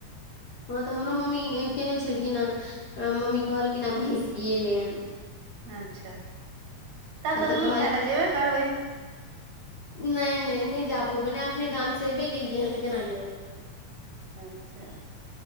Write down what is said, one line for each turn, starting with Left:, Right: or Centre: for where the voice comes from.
Left: हँ तऽ हमरो मम्मी केयने छलखिन हेँ मम्मी कहलिन जेना भैस बियेलै हन
Right: अच्छा तब
Left: आ
Right: तऽ दूध
Left: कहलखिन
Right: खायइ ल जेबे करबै
Left: नहि नहि नहि जा पबै नहि एखने गाम से अयबे केलियै हन तऽ केना जेबै
Right: अच्छा